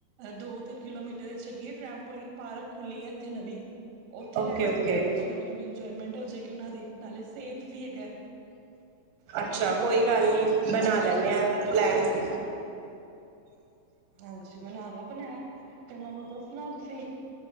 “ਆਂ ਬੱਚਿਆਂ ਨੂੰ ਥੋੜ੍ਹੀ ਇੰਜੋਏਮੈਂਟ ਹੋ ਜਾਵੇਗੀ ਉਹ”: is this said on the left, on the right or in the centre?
Right